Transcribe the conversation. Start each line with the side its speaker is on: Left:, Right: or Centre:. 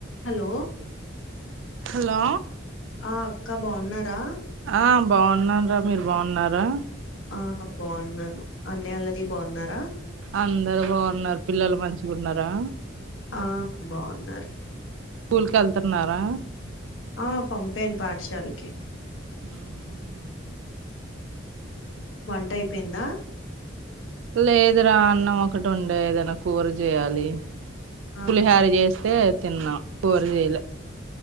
Left: Hello.
Right: Hello
Left: ఆ అక్క బాన్నారా
Right: ఆ బావున్నాంరా మీరు బాన్నారా.
Left: ఆ బావున్నాను అన్నయ ఆళ్ళది బాన్నారా.
Right: అందరు బావున్నారు పిల్లలు మంచి గున్నారా
Left: ఆ బావున్నారు
Right: స్కూల్కి ఎళ్తున్నారా.
Left: ఆ పంపేను పాఠశాలకి.
Right: మ్మ్
Left: వంట అయిపోయింద
Right: లేదురా అన్నం ఒకటి ఉండే ఏదనా కూర జేయాలి
Left: ఆ
Right: పులిహార చేస్తే తిన్నాం కూర చేయలే